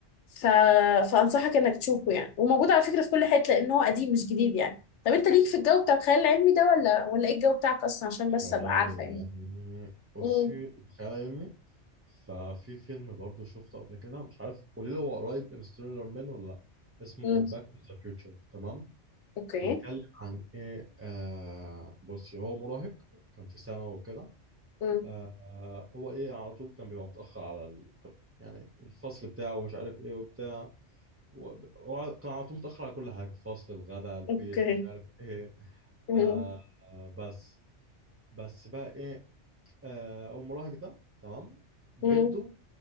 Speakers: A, on the left; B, on the right.
A: ف... فانصحك انك تشوفه يعني وموجود على فكره في كل حته لان هو قديم مش جديد يعني طب انت ليك في الجو بتاع الخيال العلمي ده ولا ولا ايه الجو بتاعك اصلا عشان بس
B: خيال
A: ابقى عارفه يعني
B: علمي بصي
A: مم.
B: خيال علمي ففي فيلم برضو شفته قبل كده مش عارف قولي لي هو قريب انستيلر من ولا لا اسمه
A: مم.
B: باك تو ذا فيوتشر تمام
A: اوكي
B: بيتكلم عن ايه آه بصي هو مراهق كان في ثانوي وكده
A: مم.
B: آه هو ايه على طول كان بيبقى متأخر على ال... يعني الفصل بتاعه ومش عارف ايه وبتاع وب- هو كان على طول متأخر على كل حاجة الفصل الغداء البيت
A: اوكي
B: مش عارف ايه
A: مم.
B: آه آه، بس بس بقى ايه آه المراهق ده تمام جده
A: مم.